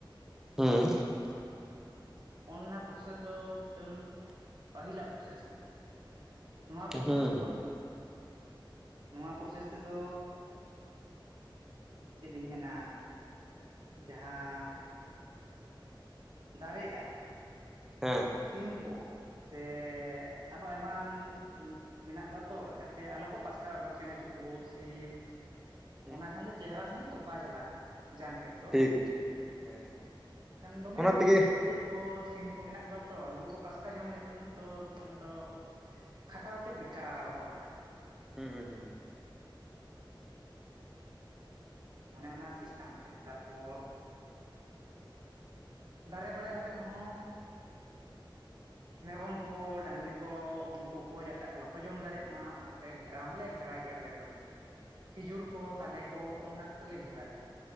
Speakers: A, in the centre; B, on the right.
A: ᱦᱩᱸ ᱾
B: ᱚᱱᱱᱟ ᱯᱨᱚᱥᱮᱥ ᱫᱚ ᱢᱤᱛᱴᱟᱹᱝ ᱯᱟᱹᱦᱤᱞᱟᱜ ᱯᱨᱚᱥᱮᱥ ᱠᱟᱱᱟ ᱾ ᱱᱚᱣᱟ ᱯᱨᱚᱥᱮᱥ
A: ᱦᱮᱸ
B: ᱛᱮᱫᱚ ᱱᱚᱣᱟ ᱯᱨᱚᱥᱮᱥ ᱛᱮᱫᱚ ᱪᱮᱫ ᱞᱤᱧ ᱢᱮᱱᱟ ᱡᱟᱦᱟᱸ ᱫᱟᱨᱮᱜᱼᱟ
A: ᱦᱮᱸ ᱾
B: ᱥᱤᱢ ᱠᱚ ᱥᱮ ᱟᱨᱦᱚᱸ ᱟᱭᱢᱟᱱ ᱢᱮᱱᱟᱜ ᱠᱚᱣᱟ ᱛᱚ ᱡᱟᱛᱮ ᱟᱞᱚ ᱠᱚ ᱯᱟᱥᱠᱟ ᱩᱰᱳᱠ ᱪᱮᱬᱮ ᱪᱩᱯᱨᱩᱫ ᱥᱤᱢ
A: <inaudible>
B: ᱚᱱᱟ ᱠᱷᱟᱱ ᱫᱚ ᱪᱮᱦᱨᱟ ᱥᱟᱺᱦᱤᱡ ᱛᱚᱯᱟ ᱪᱟᱞᱟᱜᱼᱟ ᱾ ᱡᱟᱝ ᱛᱮᱫ ᱫᱚ
A: ᱴᱷᱤᱠ ᱴᱷᱤᱠ ᱦᱮᱸ
B: ᱠᱷᱟᱱ ᱫᱚᱢᱮ
A: ᱚᱱᱟ ᱛᱮᱜᱮ
B: <unintelligible> ᱠᱚ ᱥᱤᱢ ᱠᱚ ᱢᱮᱱᱟᱜ ᱠᱚᱣᱟ ᱛᱚ ᱱᱩᱠᱩ ᱠᱚ ᱯᱟᱥᱠᱟ ᱡᱚᱢ ᱞᱮᱠᱷᱟᱱ ᱫᱚ ᱚᱱᱟ ᱫᱚ ᱠᱷᱟᱴᱟᱣ ᱛᱮᱫ ᱵᱮᱠᱟᱨᱚᱜᱼᱟ ᱾
A: ᱦᱩᱸ ᱦᱩᱸ ᱾
B: ᱚᱱᱮ ᱚᱱᱟ ᱥᱤᱥᱴᱟᱢ ᱛᱮ ᱛᱟᱨᱯᱚᱨ ᱫᱟᱨᱮ ᱵᱟᱲᱟ ᱠᱟᱛᱮᱫ ᱦᱚᱸ ᱢᱮᱨᱚᱢ ᱠᱚ ᱰᱟᱹᱝᱨᱤ ᱠᱚ ᱩᱱᱠᱩ ᱠᱚ ᱡᱟᱛᱮ ᱟᱞᱚ ᱠᱚ ᱡᱚᱢ ᱫᱟᱲᱮᱜ ᱢᱟ ᱚᱱᱟᱛᱮ ᱜᱷᱮᱨᱟ ᱦᱚᱸᱞᱮ ᱜᱷᱮᱨᱟᱭ ᱜᱮᱭᱟ ᱟᱞᱮ ᱫᱚ ᱾
A: <inaudible>
B: ᱠᱷᱤᱡᱩᱨ ᱠᱚ ᱛᱟᱞᱮ ᱠᱚ ᱚᱱᱟ ᱠᱚᱛᱮᱞᱮ ᱜᱷᱮᱨᱟᱭᱟ